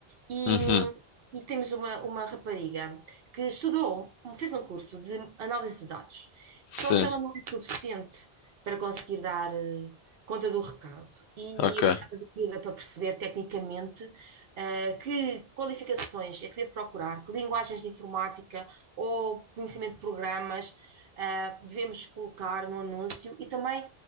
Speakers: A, on the right; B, on the left.
A: E,
B: uhum.
A: e temos uma, uma rapariga que estudou, fez um curso de análise de dados,
B: Sim,
A: só que ela não é suficiente para conseguir dar eh, conta do recado. E
B: ok.
A: eu precisava de ajuda para perceber tecnicamente eh, que qualificações é que devo procurar, que linguagens de informática ou conhecimento de programas eh, devemos colocar no anúncio e também,